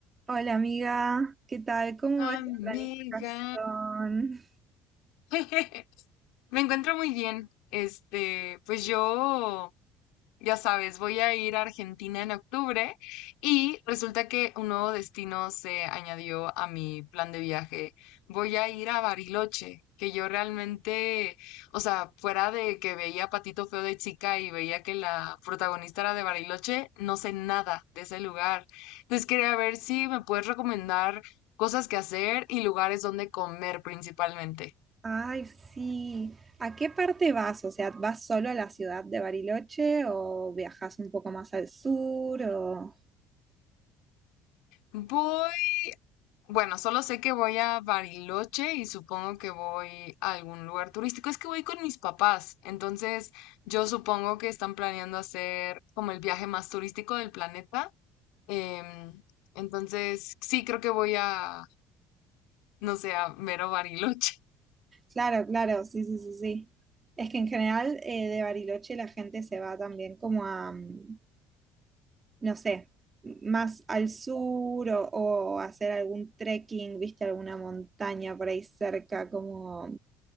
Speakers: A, on the right (about 25°); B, on the left (about 85°).
A: Hola amiga, ¿qué tal? ¿Cómo va
B: Amiga,
A: esa planificación?
B: <laughs> me encuentro muy bien. Este, pues yo ya sabes, voy a ir a Argentina en octubre y resulta que un nuevo destino se añadió a mi plan de viaje. Voy a ir a Bariloche, que yo realmente, o sea, fuera de que veía Patito Feo de chica y veía que la protagonista era de Bariloche, no sé nada de ese lugar. Entonces quería ver si me puedes recomendar cosas que hacer y lugares donde comer principalmente.
A: Ay, sí. ¿A qué parte vas? O sea, ¿vas solo a la ciudad de Bariloche o viajas un poco más al sur? O...
B: Voy Bueno, solo sé que voy a Bariloche y supongo que voy a algún lugar turístico. Es que voy con mis papás, entonces yo supongo que están planeando hacer como el viaje más turístico del planeta. em, entonces, sí, creo que voy a, no sé, a mero Bariloche.
A: Claro, claro, sí, sí, sí, sí. Es que en general eh, de Bariloche la gente se va también como a, mm, no sé, más al sur o, o hacer algún trekking, viste, alguna montaña por ahí cerca, como,